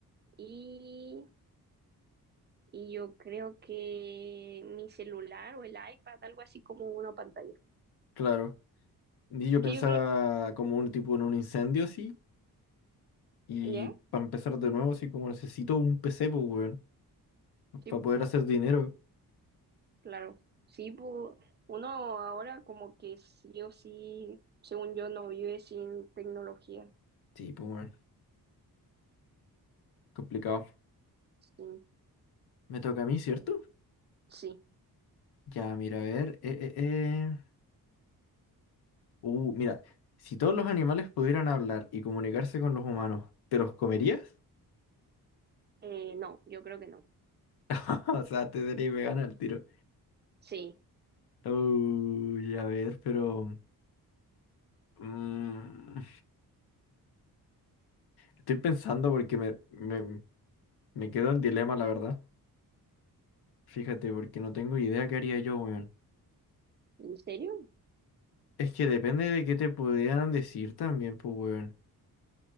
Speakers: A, on the right (about 30°); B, on the left (about 80°).
A: y, y yo creo que mi celular o el iPad, algo así como una pantalla.
B: Claro. Y yo
A: Es
B: pensaba
A: que yo creo,
B: como un tipo en un incendio así. Y
A: ¿ya?
B: para empezar de nuevo, así como necesito un PC, pues, weón.
A: Sí,
B: Para poder
A: po,
B: hacer dinero.
A: claro. Sí, po, uno ahora como que sí o sí, según yo, no vive sin tecnología.
B: Sí, pues, weón. Complicado.
A: Sí,
B: Me toca a mí, ¿cierto?
A: sí.
B: Ya, mira, a ver. eh, eh, eh. Uh, mira, si todos los animales pudieran hablar y comunicarse con los humanos, ¿te los comerías?
A: Eh, no, yo creo que no.
B: <laughs> O sea, te serías vegana al tiro.
A: Sí,
B: Uy, a ver, pero. mm, estoy pensando porque me, me, me quedo en dilema, la verdad. Fíjate, porque no tengo idea qué haría yo, weón.
A: ¿en serio?
B: Es que depende de qué te pudieran decir también, pues, weón.